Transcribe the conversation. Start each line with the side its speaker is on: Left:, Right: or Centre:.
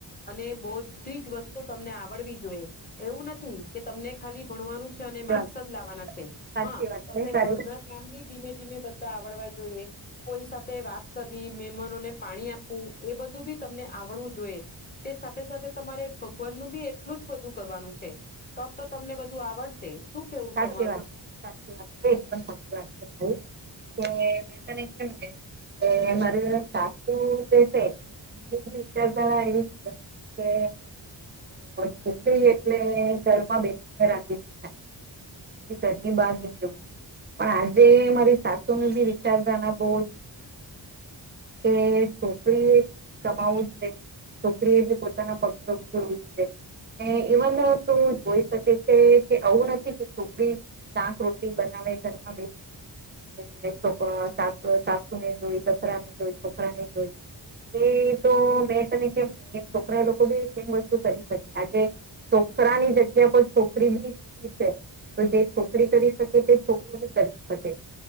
Left: અને બૌધી જ વસ્તુ તમને આવડવી જોઈએ એવું નથી કે તમને ખાલી ભણવાનું છે અને
Right: સાચી વાત
Left: માક્સ જ લાવવાના છે.
Right: સાચી
Left: હા
Right: વાત છે
Left: તમને
Right: તારી
Left: ઘરના કામ બી ધીમે ધીમે બધા આવડવા જોઈએ. કોઈ સાથે વાત કરવી, મહેમાનોને પાણી આપવું, એ બધું બી તમને આવડવું જોઈએ તે સાથે સાથે તમારે ભગવાન નું બી એટલું જ બધું કરવાનું છે તો જ તો તમને બધું, આવડશે. શું કેવું
Right: સાચી
Left: તમારું
Right: વાત છે સાચી વાત છે, એકદમ સાચી વાત છે, તમારી કે તને કેમ કે મારી સાસુ જે છે એમની બી વિચારધારા એવી છે કે છોકરી એટલે ઘરમાં બેસીને રાંધીને ખાય. બીજી ઘરની બાર નઈ જવુ પણ આજે મારી સાસુનું બી વિચારધારા બવ જ કે છોકરીએ બી કમાવું જોઈ છોકરીએ બી પોતાના પગ પર ઉભું રેવું જોઈએ ને ઈવન તું જોઈ શકે છે કે આવું નથી કે છોકરી શાંક રોટી બનાવે ઘરમાં બેસી છોકરો સાસ સાસુને જોઈ સસરા ને જોઈ છોકરાને જોઈ એ તો મે તને કેમ છોકરા લોકો બી સેમ વસ્તુ કરી શકે આજે છોકરાની જગ્યા પર છોકરી બી ઉભી છે તો જે છોકરો કરી શકે તે છોકરી બી કરી શકે છે